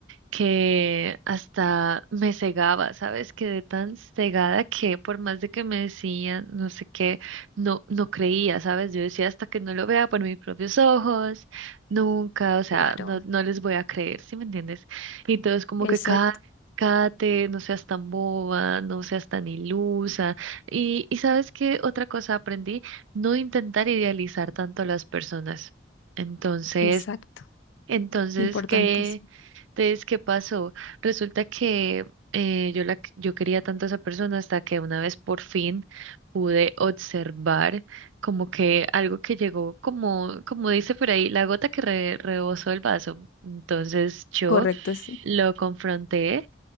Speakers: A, on the right; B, on the left.
A: que hasta me cegaba, ¿sabes? Quedé tan cegada que por más de que me decían no sé qué, no, no creía, ¿sabes? Yo decía hasta que no lo vea por mis propios ojos, nunca, o sea,
B: Claro,
A: no, no les voy a creer, ¿sí me entiendes? Y todos como
B: exacto,
A: que cada... Cállate, no seas tan boba, no seas tan ilusa. Y, y sabes qué otra cosa aprendí, no intentar idealizar tanto a las personas. Entonces,
B: exacto.
A: entonces,
B: Importantísimo.
A: ¿qué? Entonces, ¿qué pasó? Resulta que eh, yo, la, yo quería tanto a esa persona hasta que una vez por fin pude observar como que algo que llegó, como, como dice por ahí, la gota que re- rebosó el vaso. Entonces yo
B: Correcto, sí.
A: lo confronté